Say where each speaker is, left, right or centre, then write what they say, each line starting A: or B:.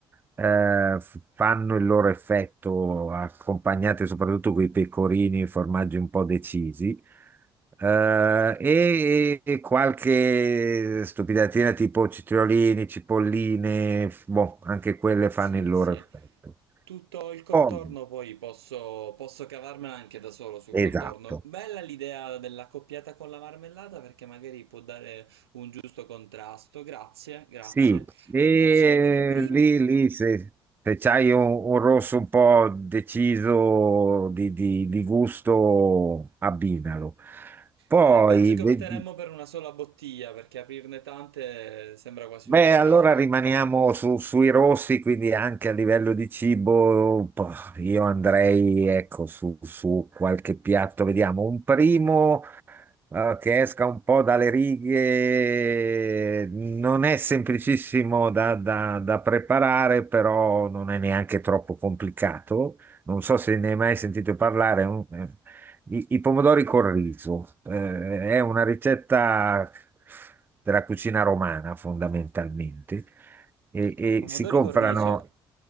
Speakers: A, on the right; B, on the right.
A: eh, f- fanno il loro effetto, accompagnate soprattutto con i pecorini e formaggi un po' decisi. Eh, e, e qualche stupidatina tipo citriolini, cipolline, f- boh, anche quelle fanno
B: Sì,
A: il loro
B: sì.
A: effetto.
B: Tutto il contorno
A: Poi,
B: poi posso, posso cavarmela anche da solo sul
A: esatto,
B: contorno. Bella l'idea dell'accoppiata con la marmellata perché magari può dare un giusto contrasto. Grazie, grazie.
A: sì, e
B: E invece per i primi?
A: lì, lì se, se c'hai un, un rosso un po' deciso di, di- di gusto, abbinalo. Poi,
B: Eh, penso che
A: ve-
B: opteremmo per una sola bottiglia perché aprirne tante sembra quasi
A: Beh,
B: un peccato.
A: allora rimaniamo su- sui rossi, quindi anche a livello di cibo, po- io andrei, ecco, su, su qualche piatto, vediamo, un primo, eh, che esca un po' dalle righe, non è semplicissimo da, da- da preparare, però non è neanche troppo complicato. Non so se ne hai mai sentito parlare. è un- eh, i, i pomodori col riso, eh, è una ricetta della cucina romana fondamentalmente. E, e
B: I pomodori
A: si comprano.
B: col riso.